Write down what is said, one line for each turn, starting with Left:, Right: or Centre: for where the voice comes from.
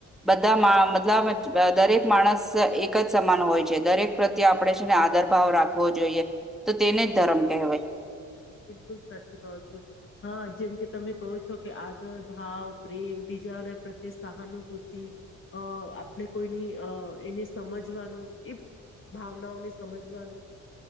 Centre: બધા મતલબ દરેક માણસ એક જ સમાન હોય છે. દરેક પ્રત્યે આપણેે છે. ને આદર ભાવ રાખવો જોઈએ તો તેને જ ધર્મ કહેવાય.
Left: બલકલ સાચું કઉ છું. હા જેમ કે તમે કહો છો કે આદર ભાવ પ્રેમ બીજાઓને પ્રત્યે સહાનુભૂતિ. અ આપણે કોઈની એને સમજવાનું એ ભાવનાઓને સમજવાનું